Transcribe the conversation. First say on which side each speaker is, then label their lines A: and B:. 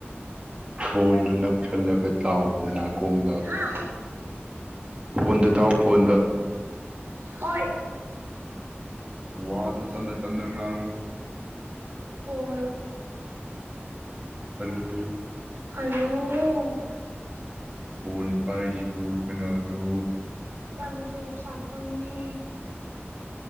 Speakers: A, on the right; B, on the right.
A: ꯐꯣꯟꯗꯨ ꯅꯛꯊꯜꯂꯒ ꯇꯥꯎꯅꯅꯥ ꯈꯣꯡꯗ
B: ꯍꯥꯥ
A: ꯐꯣꯟꯗ ꯇꯥꯎ ꯐꯣꯟꯗ
B: ꯍꯣꯏ
A: ꯍꯣꯢ ꯋꯥ ꯑꯗꯨ ꯆꯅ ꯀꯗ ꯉ
B: ꯑꯣ
A: ꯑꯂ
B: ꯍꯜꯂꯣ
A: ꯐꯣꯟ ꯄꯥꯢꯖꯤꯕꯨ ꯀꯅꯥꯅꯣ
B: ꯄꯥꯝ ꯊꯣꯡ ꯁꯥꯄꯝꯅꯦ